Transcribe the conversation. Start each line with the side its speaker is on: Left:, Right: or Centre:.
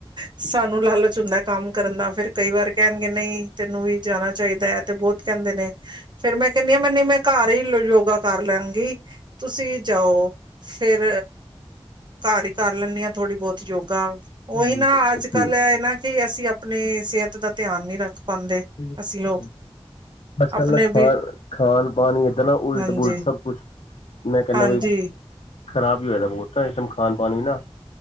Right: ਸਾਨੂੰ ਲਾਲਚ ਹੁੰਦੈ ਕੰਮ ਕਰਨ ਦਾ। ਫੇਰ ਕਈ ਵਾਰ ਕਹਿਣਗੇ ਨਹੀਂ ਤੈਨੂੰ ਵੀ ਜਾਣਾ ਚਾਹੀਦਾ ਏ ਤੇ ਬਹੁਤ ਕਹਿੰਦੇ ਨੇ। ਫੇਰ ਮੈਂ ਕਹਿੰਨੀ ਆ ਮਨੀ ਮੈਂ ਘਰ ਈ ਯੋ ਯੋਗਾ ਕਰ ਲੈਨਗੇ, ਤੁਸੀਂ ਜਾਓ ਫੇਰ ਘਰ ਈ ਕਰ ਲੈਂਨੀ ਆਂ, ਥੋੜ੍ਹੀ ਬੌਤ। ਯੋਗਾ ਉਹੀ
Left: ਬਿਲਕੁਲ
Right: ਨਾ ਅੱਜ -ਕੱਲ ਇਹ ਏ ਨਾ ਕਿ ਅਸੀਂ ਆਪਣੀ ਸਿਹਤ ਦਾ ਧਿਆਨ ਨਹੀਂ ਰੱਖ ਪਾਉਂਦੇ
Left: <unintelligible> ਅੱਜ-
Right: ਅਸੀਂ ਲੋਕ
Left: ਕੱਲ
Right: ਆਪਣੇ
Left: ਦਾ ਖਾਣ
Right: ਵੀ
Left: ਖਾਨ- ਪਾਨ ਈ ਇਤਨਾ ਉਲਟ
Right: ਹਾਂਜੀ
Left: -ਪੁਲਟ ਸਭ ਕੁਛ, ਮੈਂ ਕਹਿੰਨਾ
Right: ਹਾਂਜੀ
Left: ਵਈ ਖ਼ਰਾਬ ਹੀ ਹੋਏਆ <unintelligible> ਬਹੁਤ ਇਸ ਟਾਇਮ ਖਾਨ- ਪਾਨ ਵੀ ਨਾ,